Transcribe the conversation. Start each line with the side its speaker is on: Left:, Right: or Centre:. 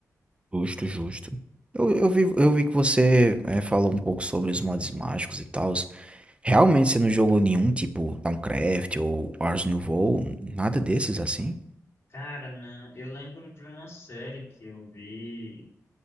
Right: Justo, justo. Eu eu vi eu vi que você, eh, falou um pouco sobre os mods mágicos e tals. Realmente você não jogou nenhum, tipo Towncraft ou Ars Nouveau, nada desses, assim?
Left: Cara, não, eu lembro de uma série que eu vi,